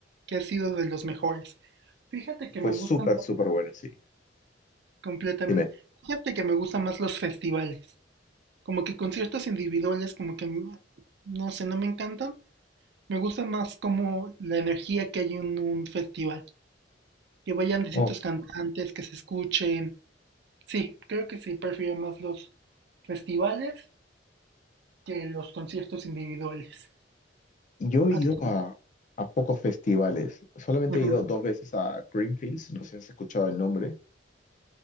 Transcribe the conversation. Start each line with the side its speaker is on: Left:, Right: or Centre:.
Right: que ha sido de los mejores. Fíjate que
Left: Fue
Right: me
Left: súper,
Right: gustan
Left: súper bueno, sí.
Right: completamente.
Left: Dime.
Right: Fíjate que me gustan más los festivales. Como que conciertos individuales, como que m- no sé, no me encantan. Me gusta más como la energía que hay en un festival. que vayan distintos
Left: Ok,
Right: cantantes, que se escuchen. Sí, creo que sí, prefiero más los festivales que los conciertos individuales.
Left: Yo he
Right: Ah,
Left: ido a, a pocos festivales. Solamente
Right: ujú,
Left: he ido dos veces a Greenfields, no sé si has escuchado el nombre.